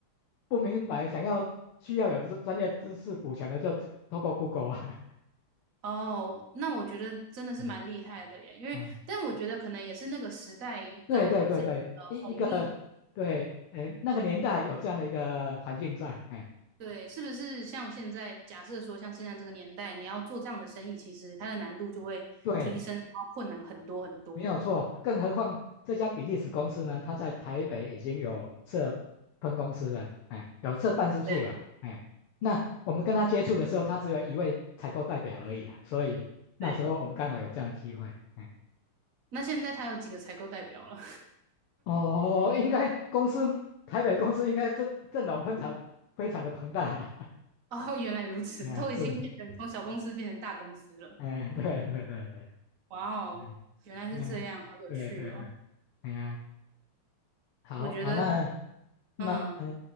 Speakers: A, on the left (about 85°); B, on the right (about 45°).
A: 不明白，想要需要有的是专业知识补全的，就透过 Google 啊。
B: 哦，那我觉得真的是蛮厉害的耶，
A: <laughs> 嗯
B: 因为，
A: 嗯，
B: 但我觉得可能也是那个时代刚好有这个红利，
A: 对对对对，一一个对，哎，那个年代有这样的一个环境在，哎，
B: 对，是不是像现在假设说，像现在这个年代，你要做这样的生意，其实它的难度就会提升，
A: 对。
B: 然后困难很多很多。
A: 没有错，更何况这家比利时公司呢，它在台北已经有设分公司了，哎，有设办事处了，
B: 对
A: 哎，那我们跟他接触的时候，他只有一位采购代表而已啦，所以那时候我们刚好有这样的机会，
B: 对，
A: 哎，
B: 那现在它有几个采购代表了？
A: 哦，应该公司台北公司应该阵阵容非常非常的庞大啦，
B: <laughs> 哦，原来如此，
A: <laughs> 哎，
B: 都已经变成从小公司变成大公司了。
A: 是，哎，对对对对，
B: 哇哦，
A: 嗯，
B: 原来是这样，
A: 嗯对对对，
B: 好有趣哦！
A: 哎呀，好好那。
B: 我觉得，
A: 那呃，
B: 嗯，